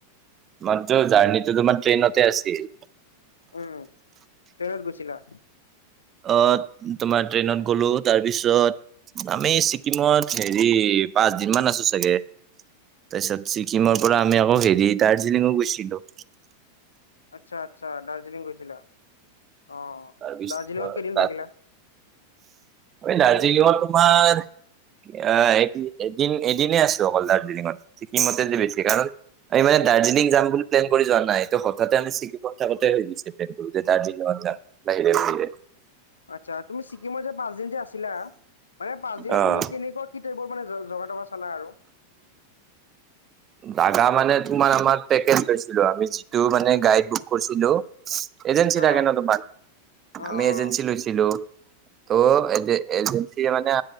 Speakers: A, on the right; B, on the left.
A: মাত্ৰ জাৰ্ণিটো তোমাৰ ট্ৰেইনতে আছিল।
B: উম ট্ৰেইনতইনত গৈছিলা।
A: অ তোমাৰ ট্ৰেইনত গ'লো তাৰ পিছত আমি ছিকিমত হেৰি পাঁচ দিন মান আছো চাগে। তাৰপিছত ছিকিমৰ পৰা আমি আকৌ হেৰি দাৰ্জিলিঙো গৈছিলো।
B: আচ্ছা আচ্ছা, দাৰ্জিলিং গৈছিলা। অ',
A: তাৰপিছ
B: দাৰ্জিলিঙত কেইদিন
A: তাত
B: থাকিলা?
A: দাৰ্জিলিংত তোমাৰ আহ এদিন এদিনে আছো অকল দাৰ্জিলিঙত ছিকিমতে যে বেছি কাৰণ আমি মানে দাৰ্জিলিং যাম বুলি প্লেন কৰি যোৱা নাই এইটো হঠাতে আমি ছিকিমত থাকোতে হৈ গৈছে প্লেনো যে দাৰ্জিলিঙত যাম। বাহিৰে বাহিৰে
B: আচ্ছা তুমি ছিকিমত যে পাঁচদিন যে আছিলা মানে পাঁচ দিনত
A: অ',
B: তুমি কেনেকুৱা কি। এইবোৰ মানে জগা টগা চালা আৰু
A: দাগা মানে তোমাৰ আমাৰ পেকেজ লৈছিলো আমি যিটো মানে গাইড বুক কৰিছিলো। এজেঞ্চী
B: অ
A: থাকে ন তোমাৰ
B: অ
A: আমি এজেন্সি
B: অ
A: লৈছিলোঁ। ত' এজেঞ্চি মানে